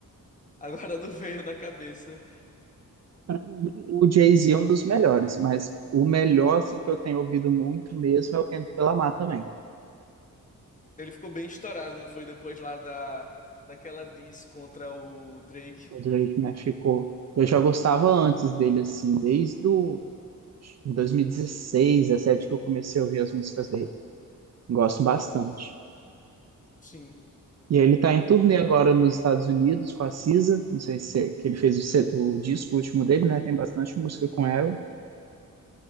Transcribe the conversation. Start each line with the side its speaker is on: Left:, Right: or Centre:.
Left: <laughs> Agora não veio na cabeça.
Right: Pra mim, o Jay-Z é um dos melhores, mas o melhor,
Left: Sim,
Right: assim, que eu tenho ouvido muito mesmo é o Kendrick Lamar também.
Left: ele ficou bem estourado, não foi depois lá da daquela diss contra o Drake.
Right: O Drake, né, ficou... Eu já gostava antes dele, assim, desde o acho que 2016, 2017, que eu comecei a ouvir as músicas dele. Gosto bastante.
Left: Sim.
Right: E ele tá em
Left: O-
Right: turnê agora nos Estados Unidos com a SZA, não sei se é- que ele fez o, se- o disco último dele, né, tem bastante música com ela.